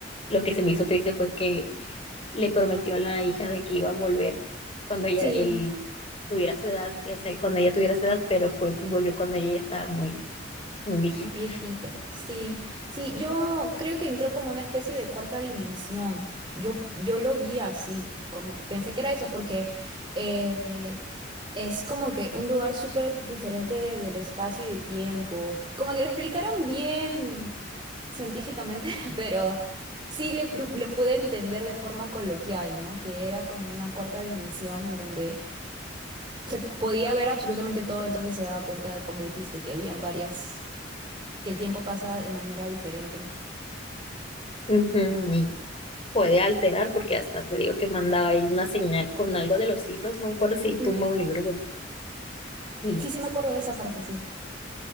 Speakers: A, on the left; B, on the right.
A: lo que se me hizo triste fue que le prometió a la hija de que iba a volver cuando ella,
B: Sí,
A: él tuviera su edad, o sea, cuando ella tuviera su edad, pero pues volvió cuando ella ya estaba muy, muy viejita.
B: muy viejita. Sí, sí, yo creo que entró como una especie de cuarta dimensión. Yo, yo lo vi así, como que pensé que era eso, porque eh, es como que un lugar súper diferente del espacio y del tiempo. Como que lo explicaron bien científicamente, <laughs> pero sí le, le pude entender de forma coloquial, ¿no? Que era como una cuarta dimensión en donde se p- podía ver absolutamente todo, entonces se daba cuenta, como dijiste, que habían varias, que el tiempo pasa de manera diferente.
A: Ujú, y puede alterar, porque hasta te digo que mandaba él una señal con algo de los libros, no me acuerdo si tumba
B: Mm,
A: un libro. bueno, Y
B: Sí, sí me acuerdo de esa parte, sí.